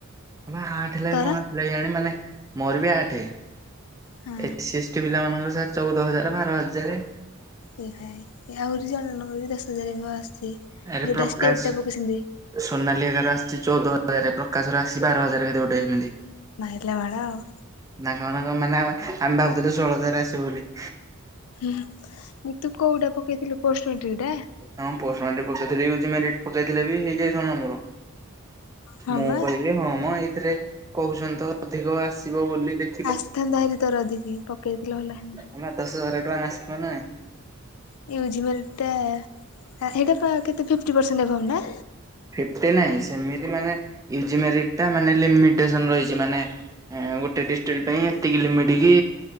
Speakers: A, on the right; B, on the left.
A: ବା ଆଠ ଥିଲା
B: ତୋର
A: <unintelligible> ହେଲା କେଜାଣି ମାନେ ମୋର ବି ଆଠେ
B: ହଁ
A: ଏସିଏଷ୍ଟି ପିଲା ମାନଙ୍କର ଚଉଦ ହଜାର ବାର ହଜାରେ
B: ଏ ଭାଇ ଆହୁରି ଜଣେ ଜଣଙ୍କର ବି ଦଶ ହଜାର ହବ ଆସିଛି
A: ଆରେ
B: ଯୋଉଟା
A: ପ୍ରକାଶ
B: ଷ୍ଟେଟ ଟା ପକେଇସନ୍ତି।
A: ସୋନାଲି ହେକାର ଆସିଛି ଚଉଦ ହଜାର। ପ୍ରକାଶ ର ଆସିଛି ବାର ହଜାର କେତେ ଗୋଟେ ଏମିତି।
B: ମାଇଲା ମାଡ ଆଉ
A: ତାଙ୍କ ମାନଙ୍କ ମାନେ ଆମେ ଆମେ ଭାବୁଥିଲୁ ଷୋହଳ ହଜାର ଆସିବ ବୋଲି।
B: ହୁଁ ହୁଁ ତୁ କୋଉଟା ପକେଇଥିଲୁ ପୋଷ୍ଟ ମାଟ୍ରିକ ଟା?
A: ହଁ ପୋଷ୍ଟ ମାଟ୍ରିକି ଟା ପକେଇଥିଲି ୟୁଜି ମେରିଟି ପକେଇଥିଲେ ଵୀ ହେଇଯାଇଥାନ୍ତାମୋର।
B: ହଁ
A: ମୁଁ
B: ବା
A: କହିଲି ହଁମ ଏଇଥିରେ କହୁଚନ୍ତି ତ ଅଧିକ ଆସିବ ବୋଲି ଦେ
B: ଆସିଥାନ୍ତା ହେରି ତରଅଧିକି ପକେଇଥିଲେ ଭଲ ହେଇଥାନ୍ତା।
A: ତମେ ଦଶ ବରଟଙ୍କା ଆସଲନା?
B: ୟୁଜୀମେରିଟଟା ହେଇଟା ପା କେତେ ଫିପଟି ପର୍ସେଣ୍ଟ ଅବଭ ନା?
A: ଫିପଟି ନାଇଁ ସେମିତି ମାନେ ୟୁଜୀମେରିଟଟା ମାନେ ଲିମିଟେସନ ରହିଚି ମାନେ ଏଁ ଗୋଟେ ଡିଷ୍ଟ୍ରିକ୍ଟ ପାଇଁ ଏତିକି ଲିମିଟି କି